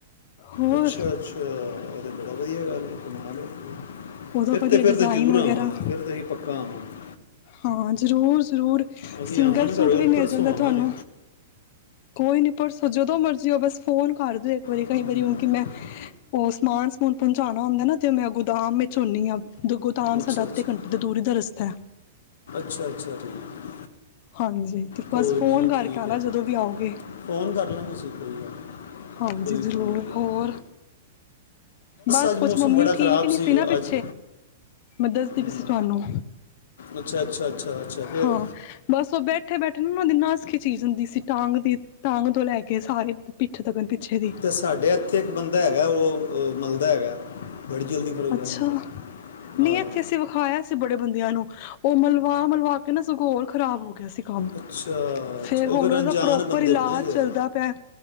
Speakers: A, on the left; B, on the left.
A: ਹੋਰ
B: ਅੱਛਿਆ- ਅੱਛਿਆ ਆ ਤੇ ਬੜਾ ਵਧੀਆਂ ਗੱਲ ਏ ਕਮਾਲ ਐ।
A: ਉਹਦਾ
B: ਫਿਰ
A: ਵਧੀਆ
B: ਤੇ ਫਿਰ
A: ਡਿਜ਼ਾਇਨ
B: ਤੇ ਜ਼ਰੂਰ
A: ਵਗੈਰਾ
B: ਆਵਾਂਗਾ। ਫਿਰ ਤਾਂ ਅਸੀਂ ਪੱਕਾ ਆਵਾਂਗੇ।
A: ਹਾਂ ਜ਼ਰੂਰ - ਜ਼ਰੂਰ
B: ਅਸੀਂ
A: ਸਿੰਗਲ
B: ਆਵਾਂਗੇ ਤੁਹਾਡੇ
A: ਸੂਟ
B: ਕੋਲ
A: ਵੀ ਮਿਲ
B: ਪਰਸੋਂ
A: ਜਾਂਦਾ
B: ਆਵਾਂਗੇ
A: ਤੁਹਾਨੂੰ। ਕੋਈ ਨੀ ਪਰਸੋ ਜਦੋਂ ਮਰਜ਼ੀ ਹੋ ਬਸ ਫੋਨ ਕਰ ਦਿਓ। ਇਕ ਵਾਰੀ
B: ਹਮ,
A: ਕਈ ਵਾਰੀ ਹੁਣ ਕਿ ਮੈਂ ਉਹ ਸਮਾਨ ਸਮੂਨ ਪਹੁੰਚਾਉਣਾ ਹੁੰਦਾ ਨਾ ਤੇ ਮੈਂ ਗੋਦਾਮ ਵਿੱਚ ਹੁੰਨੀ ਆ। ਦ ਗੋਦਾਮ
B: ਅੱਛਾ
A: ਸਾਡਾ ਅੱਧੇ
B: ਅੱਛਾ
A: ਘੰਟੇ ਦੀ ਦੂਰੀ ਦਾ ਰਸਤਾ।
B: ਅੱਛਾ ਅੱਛਾ ਠੀਕ
A: ਹਾਂਜੀ ਤੇ
B: ਕੋਈ
A: ਬਸ ਫੋਨ
B: ਨਹੀਂ ਨਹੀਂ
A: ਕਰਕੇ
B: ਠੀਕ
A: ਆਨਾ
B: ਹੈ
A: ਜਦੋਂ ਵੀ ਆਉਗੇ।
B: ਫੋਨ ਕਰ ਲਾਂਗੇ ਅਸੀਂ ਕੋਈ ਗੱਲ ਨਹੀਂ,
A: ਹਾਂਜੀ
B: ਕੋਈ ਇਸ਼ੂ
A: ਜ਼ਰੂਰ
B: ਨਹੀਂ ਹੋਗਾ
A: ਹੋਰ ਬਸ
B: ਅੱਜ
A: ਕੁਛ
B: ਮੌਸਮ
A: ਮੰਮੀ
B: ਬੜਾ
A: ਠੀਕ
B: ਖਰਾਬ
A: ਨੀ ਸੀ ਨਾ ਪਿਛ
B: ਅੱਜ
A: ਮੈਂ ਦੱਸਦੀ
B: ਹਮ,
A: ਪਈ ਸੀ ਤੁਹਾਨੂੰ।
B: ਅੱਛਾ- ਅੱਛਾ ਅੱਛਾ - ਅੱਛਾ ਫਿਰ
A: ਹਾਂ ਬਸ ਉਹ ਬੈਠੇ- ਬੈਠੇ ਨਾ ਉਹਨਾਂ ਦੀ ਨਸ ਖਿਚੀਜ ਹੁੰਦੀ ਸੀ ਟਾਂਗ ਦੀ। ਟੰਗ ਤੋਂ ਲੈ ਕੇ ਸਾਰੇ ਪਿੱਠ ਤੱਕ ਪਿੱਛੇ ਦੀ।
B: ਤੇ ਸਾਡੇ ਇੱਥੇ ਇੱਕ ਬੰਦਾ ਹੈਗਾ। ਉਹ ਉਹ ਮਲਦਾ ਹੈਗਾ ਬੜੀ ਜਲਦੀ ਫਰਕ ਪੈਂਦਾ।
A: ਅੱਛਾ ਨਹੀਂ
B: ਆਹੋ।
A: ਇੱਥੇ ਅਸੀਂ ਵਿਖਾਇਆ ਸੀ ਬੜੇ ਬੰਦਿਆਂ ਨੂੰ ਉਹ ਮਲਵਾ- ਮਲਵਾ ਕੇ ਨਾ ਸਗੋ ਹੋਰ ਖ਼ਰਾਬ ਹੋ ਗਿਆ ਸੀ। ਕੰਮ
B: ਅੱਛਾ ਅੱਛਾ,
A: ਫਿਰ
B: ਉਹ
A: ਹੁਣ ਉਹਦਾ
B: ਅਣਜਾਣ
A: ਪ੍ਰੋਪਰ
B: ਬੰਦੇ
A: ਇਲਾਜ
B: ਹੋਣੇ ਜੇ
A: ਚੱਲਦਾ ਪਿਆ।